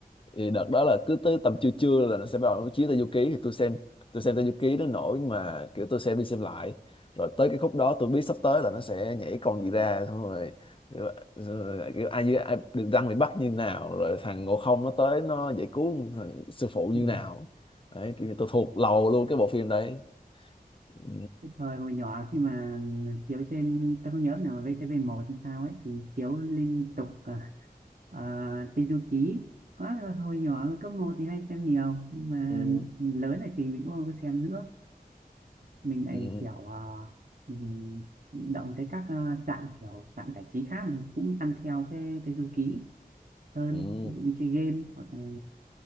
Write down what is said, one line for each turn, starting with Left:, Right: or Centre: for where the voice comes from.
Left: thì đợt đó là cứ tới tầm trưa trưa là nó sẽ bắt đầu nó chiếu Tây Du Ký thì tôi xem tôi xem Tây Du Ký nó nổi mà kiểu tôi xem đi xem lại rồi tới cái khúc đó tôi biết sắp tới là nó sẽ nhảy con gì ra xong rồi, rồi, rồi kiểu ai, như- ai được răng bị bắt như nào rồi thằng Ngộ Không nó tới nó giải cứu thằng sư phụ như
Right: Ừ.
Left: nào đấy kiểu như tôi thuộc lầu luôn cái bộ phim đấy ừ,
Right: Cái thời hồi nhỏ khi mà chiếu trên tôi không nhớ nào mà VTV1 thì sao ấy thì chiếu liên tục à, à, Tây Du Ký quá hồi nhỏ cấp một thì hay xem nhiều nhưng mà
Left: ừ,
Right: lớn này thì mình cũng không có xem nữa mình lại
Left: ừ,
Right: kiểu à, mình bị động tới các à, dạng kiểu dạng giải trí khác mình cũng ăn theo cái Tây Du Ký hơn
Left: ừ.
Right: ví dụ
Left: ừ.
Right: như chơi game hoặc là